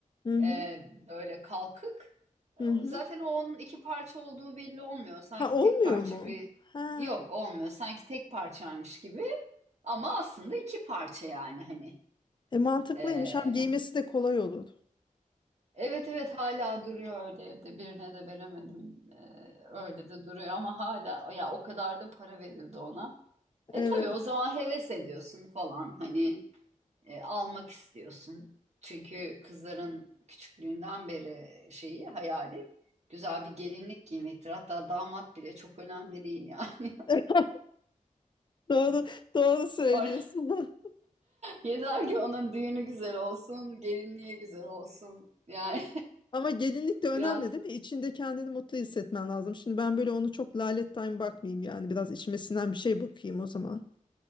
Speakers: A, on the left (about 35°); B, on the right (about 50°).
A: Hı hı.
B: E, böyle kalkık. E,
A: Hı hı.
B: Zaten o onun iki parça olduğu belli olmuyor. Sanki
A: Ha olmuyor
B: tek parça
A: mu?
B: bir
A: Ha.
B: yok olmuyor. Sanki tek parçaymış gibi. Ama aslında iki parça yani hani.
A: E mantıklıymış.
B: E,
A: Hem giymesi de kolay olur.
B: Evet evet hala duruyor öyle evde. Birine de veremedim. Ee, öyle de duruyor ama hala ya o kadar da para verildi ona. E
A: Evet.
B: tabii o zaman heves ediyorsun falan hani e, almak istiyorsun. Çünkü kızların küçüklüğünden beri şeyi hayali güzel bir gelinlik giymektir. Hatta damat bile çok önemli değil yani.
A: <laughs> Doğru, doğru söylüyorsun.
B: <laughs> Or-
A: <laughs>
B: Yeter ki onun düğünü güzel olsun, gelinliği güzel olsun. Yani
A: Ama gelinlik de önemli
B: <laughs> biraz
A: değil mi? İçinde kendini mutlu hissetmen lazım. Şimdi ben böyle onu çok lalet time bakmayayım yani. Biraz içime sinen bir şey bakayım o zaman.